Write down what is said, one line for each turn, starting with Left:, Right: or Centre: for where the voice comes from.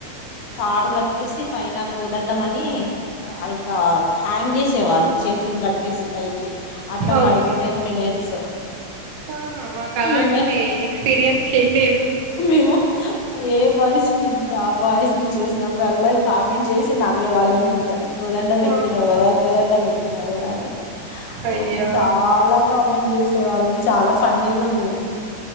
Left: తాడు కట్టేసి పైన కో వద్దడం అని ఇట్లా హ్యాంగ్ చేసేవాళ్ళు చేతులను కట్టేసి పైకి అట్లా
Right: okay
Left: five to ten minutes
Right: ఆహా మాకు అలాంటిది
Left: మే
Right: ఎక్స్పీరియన్స్ చేయలేదు
Left: మేము ఏ బాయిస్ ఉంటారు ఆ బాయిస్ ను చూస్త చిన్నప్పుడు అల్ కామెంట్ చేసి నవ్వేవాళ్ళం ఇంకా కుదండం ఎక్కినావు
Right: ఆహా
Left: కదా కోదండం ఎక్కినావ్ కదా
Right: అయ్యో
Left: ఓ చాలా కామెంట్ చేసే వాళ్ళని చాలా ఫన్నీగా ఉండేది